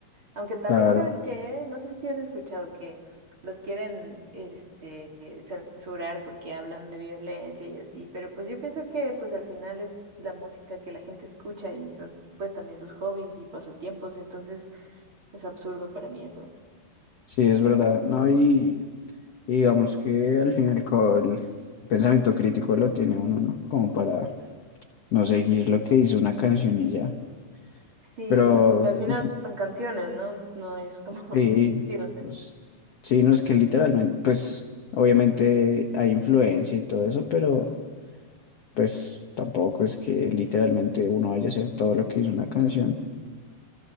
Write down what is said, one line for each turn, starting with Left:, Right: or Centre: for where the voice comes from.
Right: Aunque también
Left: claro.
Right: sabes que, no sé si has escuchado que los quieren este, censurar porque hablan de violencia y así, pero pues yo pienso que pues al final es la música que la gente escucha y son pues también sus hobbies y pasatiempos, entonces es absurdo para mí eso.
Left: Sí, es verdad. No, y, y digamos que al final el pensamiento crítico lo tiene uno, ¿no? Como para no seguir lo que hizo una canción y ya.
Right: Sí,
Left: Pero
Right: que al final
Left: ush,
Right: son canciones, ¿no? No es como, <laughs>
Left: Sí,
Right: sí, o sea,
Left: pues, sí, no es que literalmente, pues obviamente hay influencia y todo eso, pero pues tampoco es que literalmente uno vaya a hacer todo lo que hizo una canción.